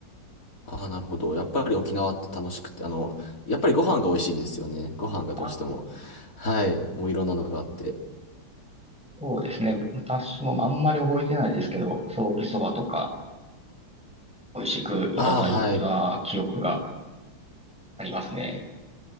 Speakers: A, on the left (about 40°); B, in the centre.
A: ああ、なるほど。やっぱり沖縄って楽しくて、あの、やっぱりご飯が美味しいんですよね。ご飯がどうしても。
B: あ、
A: はい。もういろんなのがあって。
B: そうですね。私もあんまり覚えてないですけど、ソーキそばとか美味しくいただいた記憶が
A: ああ、はい。
B: ありますね。